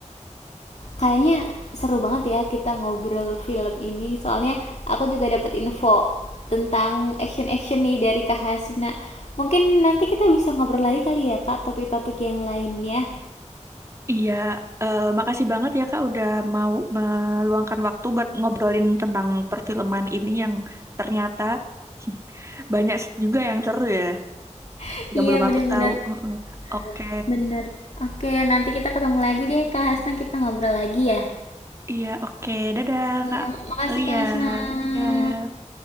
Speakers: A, on the left (about 60°); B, on the right (about 25°).
A: Kayaknya seru banget ya kita ngobrol film ini, soalnya aku juga dapat info tentang action-action nih dari Kak Hasna. Mungkin nanti kita bisa ngobrol lagi kali ya, Kak, topik-topik yang lainnya.
B: Iya, eh, makasih banget ya Kak udah mau meluangkan waktu buat ngobrolin tentang perfilman ini yang ternyata <laughs> banyak juga yang seru ya.
A: <laughs>
B: yang
A: Iya,
B: belum
A: bener-bener.
B: aku tahu.
A: Iya.
B: Heeh. Oke,
A: Bener. Oke, nanti kita ketemu lagi deh, Kak Hasna. Kita ngobrol lagi ya.
B: iya, oke, Dadah,
A: Iya,
B: Kak.
A: makasih
B: Lia,
A: Kak Asna.
B: ya.